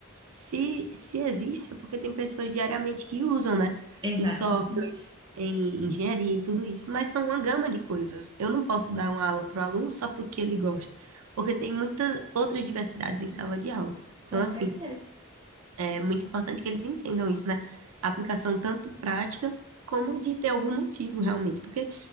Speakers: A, on the right (about 75°); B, on the right (about 20°).
A: se, se existe, é porque tem pessoas diariamente que usam, né?
B: exatamente.
A: Em softwares, em engenharia e tudo isso. Mas são uma gama de coisas. Eu não posso dar uma aula para o aluno só porque ele gosta. Porque tem muitas outras diversidades em sala de aula.
B: Com
A: Então, assim,
B: certeza.
A: é muito importante que eles entendam isso, né? A aplicação tanto prática como de ter algum motivo realmente. Porque